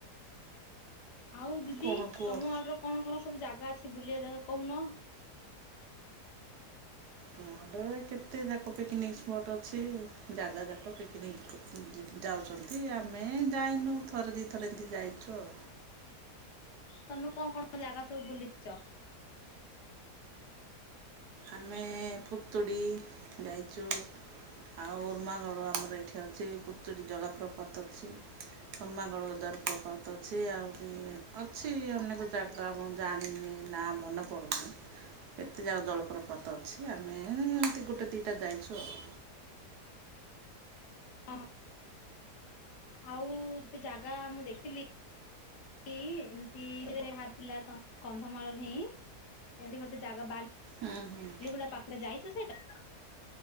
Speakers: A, on the left; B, on the right.
A: ଆଉ ଦିଦି
B: କ'ଣ କୁହ
A: ତମ ଆଡର କଣ କଣ ସବୁ ଜାଗା ଅ ଛି ବୁଲିବା ଜାଗା କହୁନ?
B: ହଁ ଏବେ କେତେ ଯାକ ପିକନିକ୍ ସ୍ପଟ ଅଛି। ଜାଗା ଯାକ ପିକନିକ ଯ ଯାଉଛନ୍ତି। ଆମେ ଯାଇନୁ ଥରେ ଦି ଥରେ ଏମିତି ଯାଇଛୁ ଆଉ।
A: ତମେ କଣ କଣ ଜାଗା ସବୁ ବୁଲିଚ?
B: ଆମେ ପୁତୁଡ଼ି ଯାଇଚୁ। ଆଉ ଉର୍ମାଗଡ଼ ଆମର ଏଇଠି ଅଛି। ପୁତୁଡ଼ି ଜଳପ୍ରପାତ ଅଛି। ଉର୍ମାଗଡ। <unintelligible> ପ୍ରପାତ ଅଛି। ଆହୁରି ଅଛି ଅନେକ ଜାଗା ମୁଁ ଜାଣିନି ନା ମନେ ପଡ଼ୁନି। କେତେ ଯା ଜଳ। ପ୍ରପାତ ଅଛି ଆମେ ଏମିତି ଗୋଟେ ଦୁଇଟା ଯାଇଛୁ ଆଉ।
A: ହଁ ଆଉ ଗୋଟେ ଜାଗା ମୁଁ ଦେଖଥିଲି ସେ ଏମିତିରେ ବାହାରିଥିଲା ତ କନ୍ଧମାଳରେ ହିଁ। ଏମତି ଗୋଟେ ଜାଗା ବା
B: ହୁଁ ହୁଁ
A: ବାଲିଗୁଡା ପାଖରେ ଯାଇଛୁ ସେଟା?